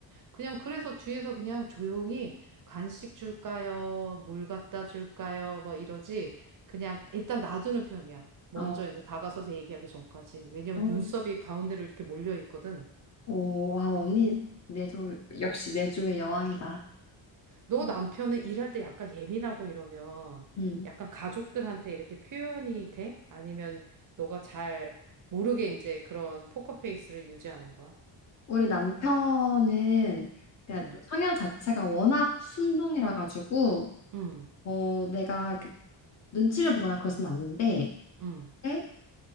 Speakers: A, on the right; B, on the left.
A: 그냥 그래서 뒤에서 그냥 조용히 간식 줄까요? 물 갖다 줄까요? 뭐 이러지. 그냥 일단 놔두는 편이야. 먼저
B: 아, 어.
A: 이제 다가서서 얘기하기 전까지. 왜냐면
B: 어.
A: 눈썹이 가운데로 이렇게 몰려 있거든.
B: 오, 와, 언니 내조 역시 내조의 여왕이다.
A: 너
B: 어.
A: 남편은 일할 때 약간 예민하고 이러면
B: 음.
A: 약간 가족들한테 이렇게 표현이 돼? 아니면 너가 잘 모르게 이제 그런 포커페이스를 유지하는 거야?
B: 우리 남편은 그냥
A: 음,
B: 좀 성향 자체가 워낙 순둥이라 가지고
A: 음,
B: 어, 내가 그 눈치를 보거나 그러진 않는데
A: 음.
B: 네?